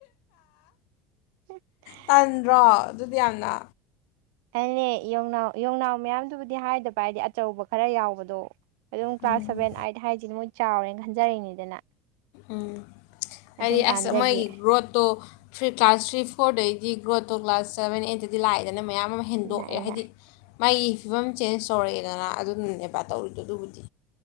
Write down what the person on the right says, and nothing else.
<unintelligible>
ꯑꯗꯨꯅꯦ ꯌꯣꯡꯅꯥꯎ ꯌꯣꯡꯅꯥꯎ ꯃꯌꯥꯝꯗꯨꯕꯨꯗꯤ ꯍꯥꯏꯗꯕ ꯍꯥꯏꯗꯤ ꯑꯆꯧꯕ ꯈꯔ ꯌꯥꯎꯕꯗꯣ꯫ ꯑꯗꯨꯝ ꯀ꯭ꯂꯥꯁ
ꯁꯚꯦꯟ ꯑꯥꯏꯠ ꯍꯥꯏꯁꯤꯗꯤ ꯃꯣꯏ ꯆꯥꯎꯔꯦꯅ ꯈꯟꯖꯔꯤꯅꯤꯗꯅ꯫
ꯑꯗꯨꯝ ꯀꯥꯟꯗꯨꯗꯒꯤ
ꯂꯥꯛꯑꯦꯅ